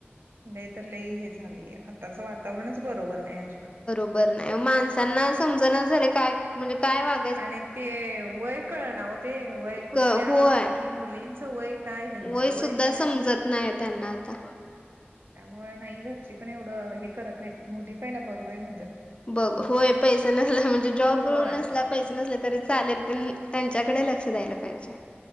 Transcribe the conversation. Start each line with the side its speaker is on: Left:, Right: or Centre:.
Right: लई तर लई हे झाले आताचं वातावरणच बरोबर नाही अजिबात
Left: बर नाही माणसांना समजण झाले काय म्हणजे काय वा
Right: आणि ते वय कळ ना हो ते वय कुठल्या
Left: क होय
Right: ती मुलींचं वय काय हंचवय
Left: वय सुद्धा
Right: काय
Left: समजत नाही त्यांना आता
Right: त्यामु नाही घरची पण एवढं हे करत नाही मुदी पहिला बघवाय म्हणत
Left: बघ होय पैसा नसला म्हणजे जॉब
Right: होय
Left: नसला पैसे नसले तरी चालेल पण त्यांच्याकडे लक्ष द्यायला पाहिजे